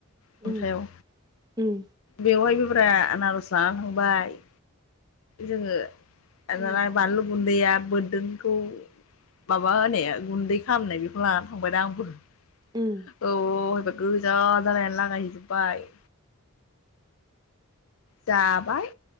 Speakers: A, on the left (about 65°); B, on the right (about 20°).
A: खन्थायाव
B: उम उम
A: बेवहायबो ब्रा आनारस लानानै थांबाय । जोङो
B: उम
A: दालाय बानलु गु न्दैया बोरदोनखौ माबा होनाया गुन्दै खालामनाय बेखौ लानानै थांबायना आंबो ।
B: उम
A: औ हैबा गोजा जालायनानै लागायहैजोबबाय । जाबाय